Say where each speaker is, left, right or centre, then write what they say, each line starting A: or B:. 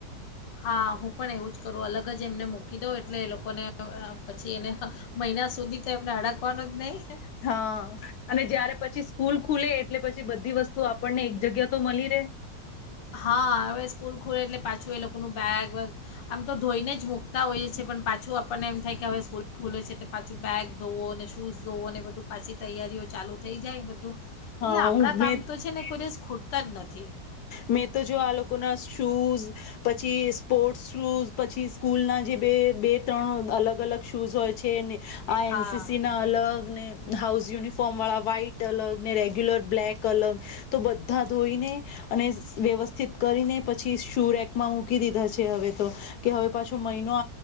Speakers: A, on the left; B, on the left.
A: હા હું પણ એવું જ કરું અલગ જ એમને મૂકી દઉં એટલે એ લોકોને પછી એને, મહિના સુધી તો એમને અડાકવાનો જ નહીં.
B: હા અને જયારે પછી સ્કૂલ ખુલે એટલે પછી બધી વસ્તુ આપણને જગ્યા તો મળી રે.
A: હા હવે સ્કૂલ ખુલે એટલે પાછું એ લોકોનું બેગ વગ, આમ તો ધોઈને જ મૂકતા હોઈએ છ છે પણ પાછું આપણને એમ થાય કે હવે સ્કૂલ ખુલે છે એટલે પાછું બેગ ધોવો અને શૂઝ ધોવો અને બધું પાછી તૈયારીઓ ચાલુ થઈ જાય બધું. એટલે
B: હા
A: આપણા
B: હું
A: કામ
B: મેં
A: તો છે ને કરી ખોટ ત જ નથી.
B: મેં તો જો આ લોકો ના શૂઝ, પછી સ્પોર્ટસ શૂઝ પછી સ્કૂલ ના જે બે બે ત્રણ અલગ અલગ શૂઝ હોય છેને આ
A: હા
B: એન સી સી ના અલગ ને હાઉસ યુનિફોર્મ વાળા વ્હાઈટ અલગ ને રેગ્યુલર બ્લેક અલગ, તો બધા ધોઈને અને વ્યવસ્થિત કરીને પછી શુંરકમાં મૂકી દધા છે હવે તો કે હવે પાછો મહિનો